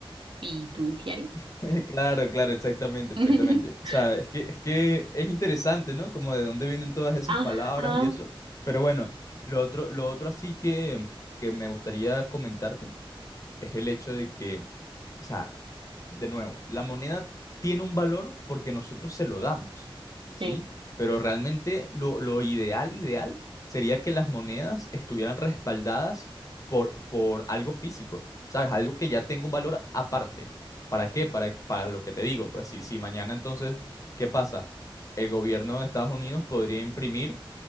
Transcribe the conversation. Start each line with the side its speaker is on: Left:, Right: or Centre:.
Right: fiduciario.
Left: <laughs> Claro, claro, exactamente,
Right: <laughs>
Left: exactamente. O sea, es que, es que es interesante, ¿no? Como de dónde vienen todas esas
Right: Ajá,
Left: palabras y eso. Pero bueno, lo otro, lo otro así que, que me gustaría comentarte es el hecho de que, o sea, de nuevo, la moneda tiene un valor porque nosotros se lo damos, ¿sí?
Right: sí.
Left: Pero realmente lo, lo ideal, ideal, sería que las monedas estuvieran respaldadas por, por algo físico, ¿sabes? Algo que ya tenga un valor aparte. ¿Para qué? Para, para lo que te digo. Pues si, si mañana entonces, ¿qué pasa? El gobierno de Estados Unidos podría imprimir